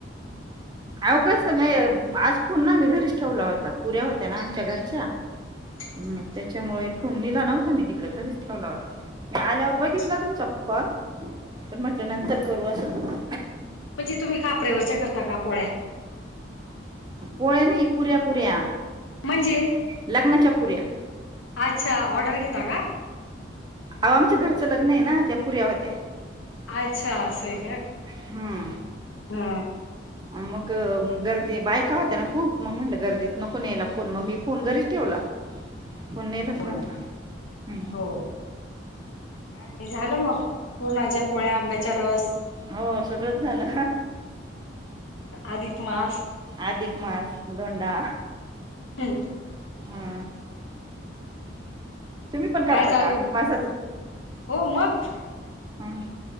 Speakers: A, on the right; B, on the left.
A: आव कस आज फोन ना घरीच ठेवला होता पोरी घरी होत्या ना आमच्या घरच्या
B: अच्छा
A: हम त्याच्यामुळे फोन नेला नव्हता मी तिकडे घरीच ठेवला होता. मी आल्यावर बघितला
B: अच्छा
A: तुमचा कॉल पण म्हटलं नंतर करू असं.
B: म्हणजे तुम्ही कापर्यावरच्या करता का पोळ्या?
A: पोळ्या नाही, पुऱ्या पुऱ्या.
B: म्हणजे
A: लग्नाच्या पुऱ्या
B: अच्छा ऑर्डर घेता का?
A: अव आमच्या घरचं लग्न आहे ना त्या पुऱ्या होत्या.
B: अच्छा असं आहे का?
A: हम्म मग गर्दी बायका होत्या ना खूप म म्हटलं गर्दीत नको न्यायला फोन मग मी फोन घरीच ठेवला. फोन नेलाच
B: हो
A: नव्हता
B: ना
A: हम्.
B: हो काय झालं मग पूर्णाच्या पोळ्या आंब्याचा रस
A: हो सगळंच झालं
B: अधिक मास
A: अधिक मास धोंडा
B: हम्म
A: <unintelligible> हा तुम्ही पण
B: काय
A: करता
B: चालू
A: का अधिक मासाच
B: हो मग
A: हं